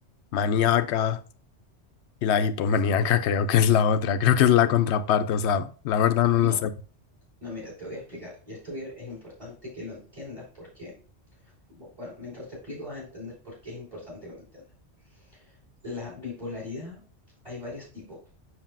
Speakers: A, on the left; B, on the right.
A: maníaca Y la hipomaníaca creo que es la otra, creo que es la contraparte, o sea, la verdad no
B: No,
A: lo sé.
B: no, mira, te voy a explicar. Y esto que es importante que lo entiendas porque, bu- bueno, mientras te explico vas a entender por qué es importante que lo entiendas. La bipolaridad, hay varios tipos.